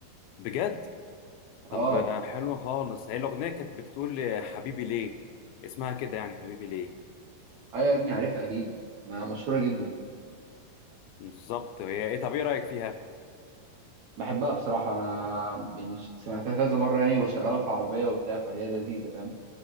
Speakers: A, on the left (about 85°); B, on the right (about 70°).
A: بجد طب
B: اه
A: آه، حلو خالص هي الأغنية كانت بتقول آه، حبيبي ليه اسمها كده يعني حبيبي ليه
B: ايوه يا ابني عارفها اكيد ما مشهورة جدا
A: بالظبط هي ايه طب ايه رأيك فيها
B: بحبها بصراحة انا يعني ش- سمعتها كذا مرة يعني وبشغلها في عربية وبتاع فهي لذيذة فاهم